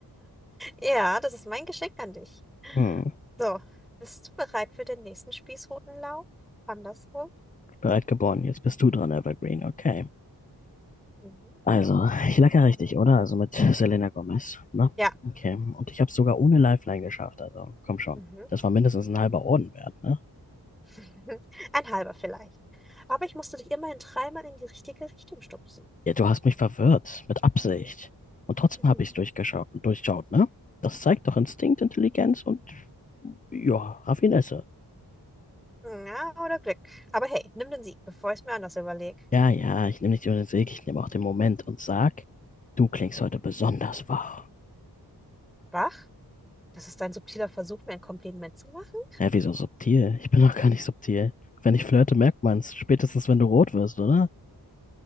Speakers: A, in the centre; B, on the left.
A: Ja, das ist mein Geschenk an dich.
B: Hm,
A: So, bist du bereit für den nächsten Spießrutenlauf? Andersrum?
B: bereit geboren. Jetzt bist du dran, Evergreen. Okay.
A: Mhm.
B: Also, ich lag ja richtig, oder? Also mit Selena Gomez, ne?
A: Ja.
B: Okay. Und ich habe es sogar ohne Lifeline geschafft, also komm schon.
A: Mhm.
B: Das war mindestens ein halber Orden wert, ne?
A: <laughs> Ein halber vielleicht. Aber ich musste dich immerhin dreimal in die richtige Richtung stupsen.
B: Ja, du hast mich verwirrt, mit Absicht. Und trotzdem
A: Mhm.
B: habe ich es durchgeschaut, durchschaut, ne? Das zeigt doch Instinkt, Intelligenz und, ja, Raffinesse.
A: Ja, oder Glück. Aber hey, nimm den Sieg, bevor ich es mir anders überlege.
B: Ja, ja, ich nehme nicht nur den Sieg, ich nehme auch den Moment und sag, du klingst heute besonders wach.
A: Wach? Das ist ein subtiler Versuch, mir ein Kompliment zu machen.
B: Hä, wieso subtil? Ich bin doch gar nicht subtil. Wenn ich flirte, merkt man's, spätestens wenn du rot wirst, oder? <laughs>